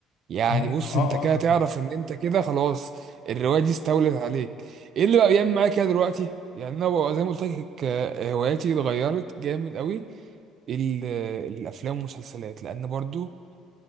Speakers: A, on the right; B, on the left.
A: يعني
B: ايوه
A: بص
B: اه
A: انت كده
B: اه ده
A: تعرف ان انت كده خلاص الروايه دي استولت عليك ايه اللي بقى بيعمل معايا كده دلوقتي يعني انا بقى زي ما قلت لك آه، هواياتي اتغيرت جامد قوي ال- الافلام والمسلسلات لان برضو